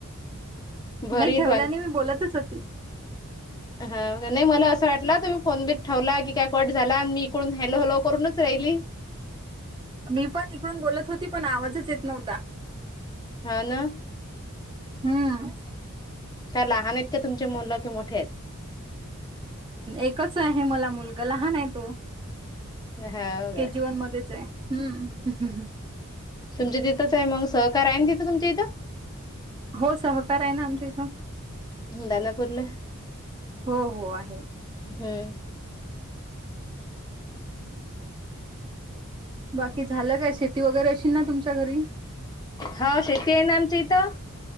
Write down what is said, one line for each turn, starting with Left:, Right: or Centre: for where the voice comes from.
Left: भरीत
Right: नाही ठेवला नाही मी बोलतच होते.
Left: हा नाही मला असं वाटला तुम्ही फोन बिन ठेवला की काय? कट झाला आणि मी इकडून हॅलो हॅलो करूनच राहिली.
Right: मी पण इकडून बोलत होती पण आवाजच येत नव्हता.
Left: हा ना.
Right: हम्म.
Left: का लहान आहेत का तुमचे मुलं कि मोठे आहेत?
Right: एकच आहे मला मुलगा लहान आहे तो
Left: हो काय.
Right: के जी वन मध्येच हाय हम्म
Left: तुमच्या तिथंच आहे, मग सहकार आहे ना तिथं तुमच्या इथं.
Right: हो सहकार आहे ना आमच्या इथं.
Left: दानापूरले.
Right: हो हो आहे
Left: हम्म!
Right: बाकी झालं काय शेती वगैरे असील ना तुमच्या घरी?
Left: होव शेती आहे ना आमच्या इथं!